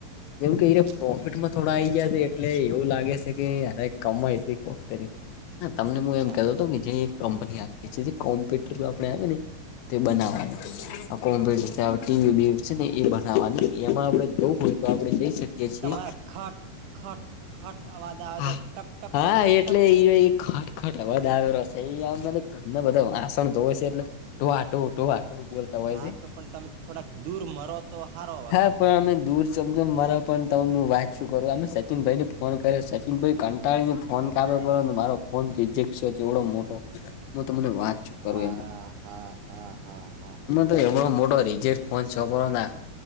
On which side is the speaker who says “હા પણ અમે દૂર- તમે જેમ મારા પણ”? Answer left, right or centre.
Left